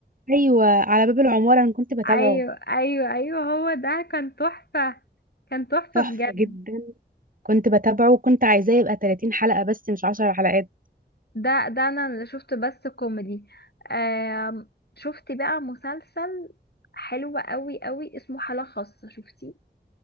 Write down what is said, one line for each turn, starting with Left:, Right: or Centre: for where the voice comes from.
Right: أيوه على باب العمارة أنا كنت بتابعه
Left: ايوه ايوه ايوه هو ده كان تحفة كان تحفة
Right: تحفة
Left: بجد
Right: جدا كنت بتابعه وكنت عايزاه يبقى 30 حلقة بس مش 10 حلقات
Left: ده ده انا اللي شفت بس كوميدي آم، شفت بقى مسلسل حلو قوي قوي اسمه حالة خاصة شفتي